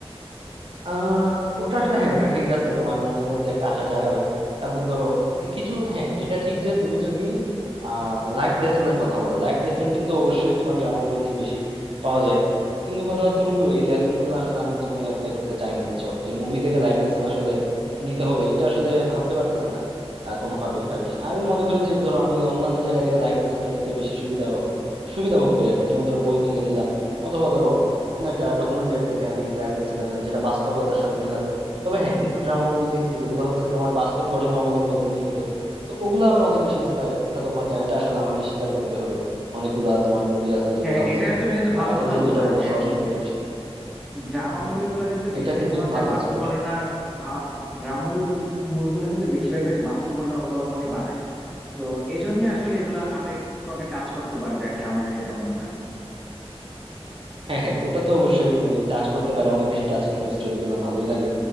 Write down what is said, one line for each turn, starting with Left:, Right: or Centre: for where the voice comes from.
Right: আহ ওটা আসলে হ্যাঁ ওটা ঠিক আছে তোমার মনের মধ্যে একটা আশা জাগাবে তারপর ধরো এ কিছু হ্যাঁ এটা ঠিক যে তুমি যদি আহ লাইফ লেসনের কথা বলো লাইফ লেসন কিন্তু অবশ্যই তোমার ড্রামা মুভিতে বেশি পাওয়া যায় কিন্তু কথা হচ্ছে বন্ধু এই লেসন গুলো আসলে আমি জীবনে অ্যাপ্লাই করতে চাই না বুঝছো যে মুভি থেকে লাইফ লেসন আসলে নিতে হবে এটা আসলে ভাবতে পারতেছি না আহ, কোনোভাবেই আর কি আমি মনে করি যে ধরো আমি অন্যান্য জায়গা থেকে লাইফ লেসনটা নিতে বেশি সুবিধা সুবিধা ভোগ করি আর কি যেমন ধরো বই থেকে নিলাম অথবা ধরো কোন একটা ডকুমেন্টারি থেকে আমি লাইফ লেসনটা নিলাম যেটা বাস্তবতার সাথে মিল আছে তবে হ্যাঁ কিছু ড্রামা মুভি দেখছি যেগুলো হচ্ছে তোমার বাস্তব ঘটনা অবলম্বনে নির্মিত তো ওগুলো আবার অনেক বেশি ইন্সপায়ারিং ওটা তোমাকে এটা আসলে আমাকে স্বীকার করতে হবে অনেকগুলা তোমার মুভি আছে যেগুলো
Centre: হ্যাঁ
Right: হচ্ছে
Centre: এটা তুমি কিন্তু ভালো
Right: আহ
Centre: কথা
Right: এই যে
Centre: বললা
Right: যেটা বললো
Centre: যে
Right: শশাঙ্ক রিডেম্পশন
Centre: ড্রামা
Right: হম
Centre: মুভিগুলো
Right: হম
Centre: কিন্তু ম্যাক্সিমাম
Right: এটা কিন্তু
Centre: হচ্ছে
Right: ভালো
Centre: বাস্তব
Right: ইন্সপায়ারেশন
Centre: ঘটনার ড্রামা মুভিগুলো কিন্তু বেশিরভাগ হচ্ছে বাস্তব ঘটনা অবলম্বনে বানায় তো এই জন্য আসলে এগুলা আবেগ তোমাকে টাচ করতে পারবে আর কি আমার কাছে এটা মনে হয়
Right: হ্যাঁ হ্যাঁ ওটা তো অবশ্যই মানে টাচ করতে পারে অনেক বেশি টাচিং হয় স্টোরি গুলো ভালোই লাগে